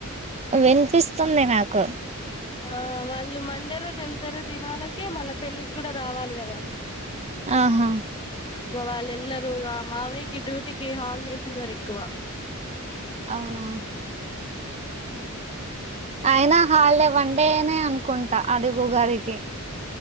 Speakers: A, on the right; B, on the left.
A: వినిపిస్తుంది నాకు
B: ఆ వాళ్ళు మండే రోజు వెళ్తారు దినాలకి మళ్ళ పెళ్ళికి కూడా రావాలి కదా
A: ఆహా
B: వాళ్ళు ఎల్లారు మామయ్యకి డ్యూటీకి హాలిడేస్ ఇవ్వరు ఎక్కువ
A: అవునా అయినా హాలిడే వన్ డే నే అనుకుంటా అది ఉగాదికి